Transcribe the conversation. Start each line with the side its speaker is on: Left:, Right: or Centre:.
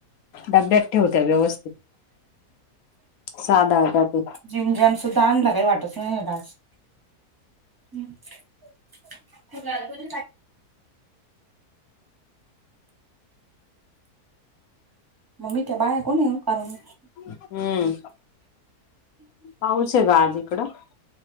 Left: डब्यात ठेवत्या व्यवस्थित साधा त्या ते
Right: जी म्हजेम सुद्धा आणला काही वाटत नाही डान्स. हम्. त. मममी त्या बाय आहे कोणी कारण
Left: हम्म पाऊस आहे ग आज इकडं.